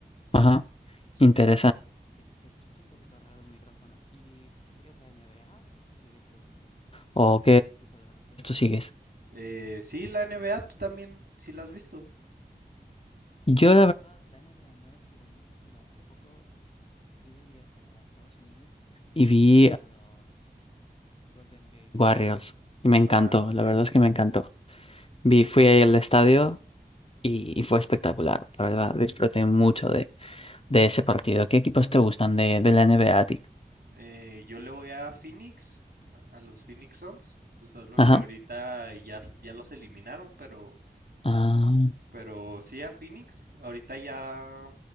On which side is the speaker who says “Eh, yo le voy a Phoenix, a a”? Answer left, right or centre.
Right